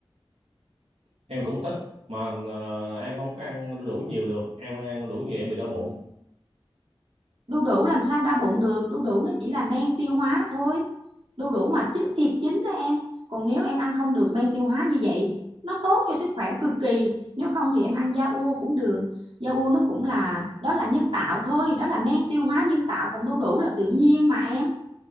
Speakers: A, on the right (about 85°); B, on the right (about 65°).
A: em cũng thích mà ờ, em không có ăn đu đủ nhiều được em ăn đu đủ nhiều em bị đau bụng
B: đu đủ làm sao đau bụng được đu đủ nó chỉ là men tiêu hóa thôi đu đủ mà chín thiệt chín đó em còn nếu em ăn không được men tiêu hóa như vậy nó tốt cho sức khỏe cực kỳ nếu không thì em ăn da ua cũng được da ua nó cũng là đó là nhân tạo thôi đó là men tiêu hóa nhân tạo còn đu đủ là tự nhiên mà em